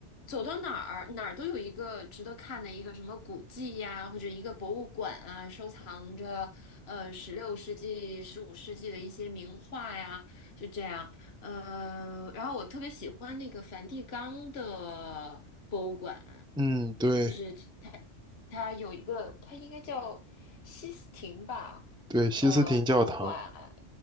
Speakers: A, on the left; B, in the centre.
A: 走到哪儿哪儿都有一个值得看的一个什么古迹呀，或者一个博物馆啊，收藏着呃十六世纪、十五世纪的一些名画呀，就这样。呃，然后我特别喜欢那个梵蒂冈的博物馆。
B: 嗯，对
A: 就是它它有一个，它应该叫西斯廷吧，
B: 对，西斯廷教堂。
A: 呃，博物馆，